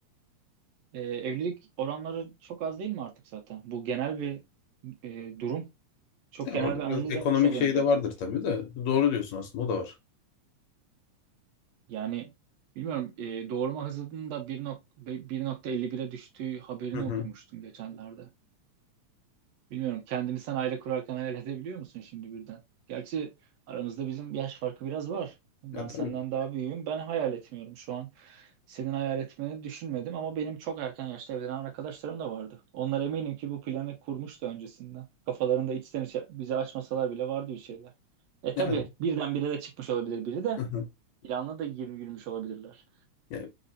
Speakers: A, on the right; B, on the left.
A: E, evlilik oranları çok az değil mi artık zaten? Bu genel bir e, durum. Çok
B: Ya
A: genel
B: orada
A: bir analiz
B: biraz ekonomik
A: yapmış oluyorum
B: şey
A: zaten.
B: de vardır tabii de doğru diyorsun aslında o da var.
A: Yani bilmiyorum e, doğurma hızının da 1.51'e düştüğü haberini
B: Hı hı.
A: okumuştum geçenlerde. Bilmiyorum kendini sen aile kurarken hayal edebiliyor musun şimdi birden? Gerçi aramızda bizim yaş farkı biraz var. Ben
B: Ya tabii.
A: senden daha büyüğüm. Ben hayal etmiyorum şu an. Senin hayal etmeni düşünmedim ama benim çok erken yaşta evlenen arkadaşlarım da vardı. Onlar eminim ki bu planı kurmuştu öncesinden. Kafalarında içten içe bize açmasalar bile vardı bir şeyler. E
B: Yani.
A: tabii birdenbire de çıkmış olabilir biri de
B: <laughs>
A: planla da gir- yürümüş olabilirler.
B: Ya,